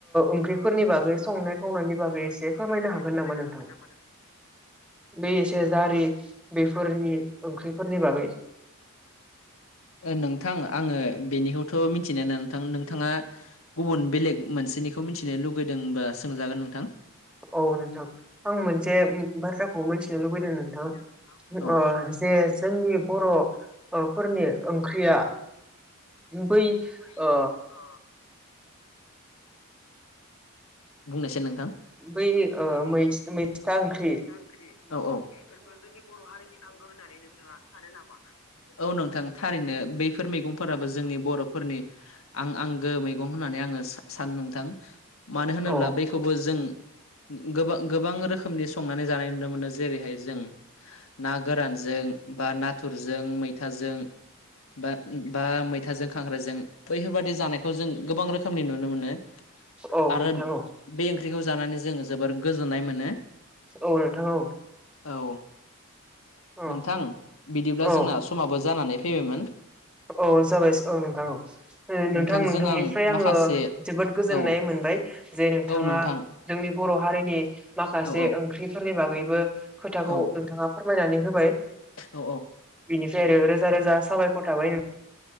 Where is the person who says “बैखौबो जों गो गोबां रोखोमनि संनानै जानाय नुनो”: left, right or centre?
Left